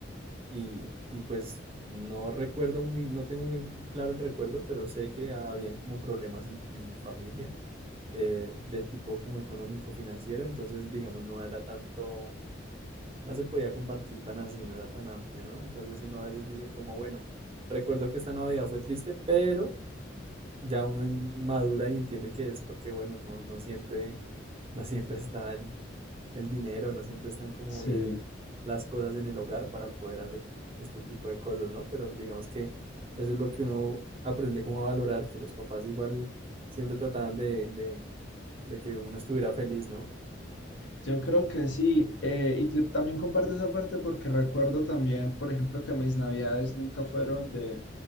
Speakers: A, on the right; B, on the left.
A: Y, y pues no recuerdo muy, no tengo muy claro el recuerdo, pero sé que habían como problemas en, en mi familia eh, de tipo como económico, financiero, entonces digamos no era tanto, no se podía compartir tan así, no era tan amplio, ¿no? Entonces uno a veces dice como, bueno, recuerdo que esta Navidad fue triste, pero ya uno en- madura y entiende que es porque, bueno, no, no siempre, no siempre está el, el dinero, no siempre están como
B: sí.
A: bien las cosas en el hogar para poder hacer este tipo de cosas, ¿no? Pero digamos que eso es lo que uno aprende como a valorar, que los papás igual siempre trataban de, de, de que uno estuviera feliz, ¿no?
B: Yo creo que sí, eh, y yo también comparto esa parte porque recuerdo también, por ejemplo, que mis navidades nunca fueron de,